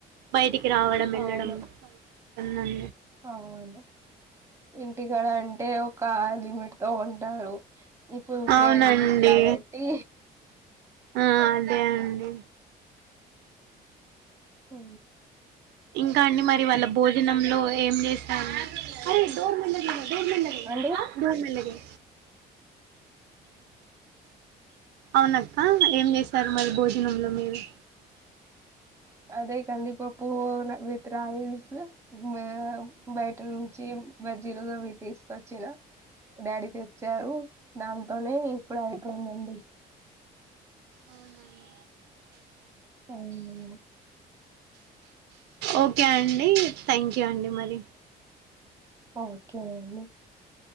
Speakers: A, on the right (about 80°); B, on the right (about 15°).
A: బయటికి. రావడం వెళ్లడంస్తుడి
B: అవును అవును ఇంటికాడ అంటే ఒక లిమిట్ తో ఉంటారు ఇప్పుడు ఫ్రెండ్స్
A: అవునండి
B: కాబట్టి
A: ఆ అదే అండి
B: అ
A: ఇంకా అండి మరి వాళ్ళ భోజనంలో ఏం చేస్తారు బో మనగే
B: అండి
A: బోర్ మనే అవునక్క ఏం చేశారు మరి భోజనంలో మీరు.
B: అదే కందిప పూ విత్ రయిల్స్. మ బయట నుంచి బజ్జీలుగా అవి తీసుకొచ్చిన డాడీ తెచ్చారు దాంతోనే ఇప్పుడు అయిపోయిందండి.
A: అవునండి
B: అవును
A: ఓకే అండి థ్యాంక్ యూ అండి మరి
B: ఓకేనండి